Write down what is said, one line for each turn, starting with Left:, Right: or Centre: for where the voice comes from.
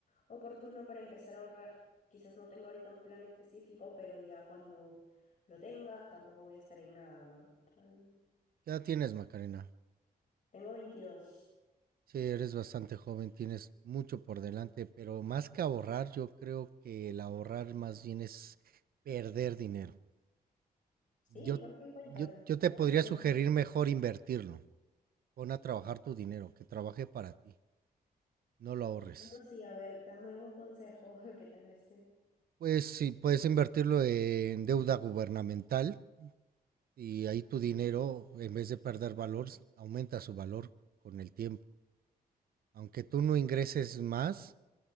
Left: oportuno para empezar a ahorrar. Quizás no tenga ahorita un plan específico, pero ya cuando lo tenga tampoco voy a estar en nada, ¿no? Ay,
Right: ¿Qué edad tienes, Macarena?
Left: Tengo 22.
Right: Sí, eres bastante joven, tienes mucho por delante, pero más que ahorrar, yo creo que el ahorrar más bien es perder dinero.
Left: Sí,
Right: Yo,
Left: ¿por qué? Cuéntame.
Right: yo, yo
Left: A
Right: te podría
Left: ver, dame
Right: sugerir
Left: un consejo.
Right: mejor invertirlo. Pon a trabajar tu dinero, que trabaje para ti, no lo ahorres.
Left: ¿Y cómo así? A ver, dame un consejo <laughs> que tal vez te...
Right: Pues sí, puedes invertirlo en deuda gubernamental y ahí tu dinero, en vez de perder valor, aumenta su valor con el tiempo. Aunque tú no ingreses más,